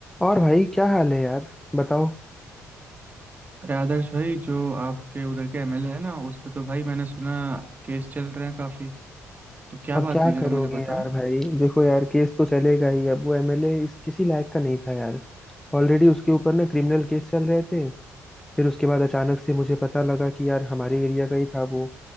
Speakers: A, in the centre; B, on the right.
A: और भाई क्या हाल है यार बताओ
B: अरे आदर्श भाई जो आपके उधर के एमएलए है ना उस पे तो भाई मैंने सुना केस चल रहे हैं काफ़ी तो क्या
A: अब
B: बात
A: क्या
B: हुई जरा
A: करोगे
B: मुझे बताओ
A: यार भाई देखो यार केस तो चलेगा ही अब वो एमएलए इस किसी लायक का नहीं था यार ऑलरेडी उसके ऊपर ना क्रिमिनल केस चल रहे थे फिर उसके बाद अचानक से मुझे पता लगा कि यार हमारे एरिया का ही था वो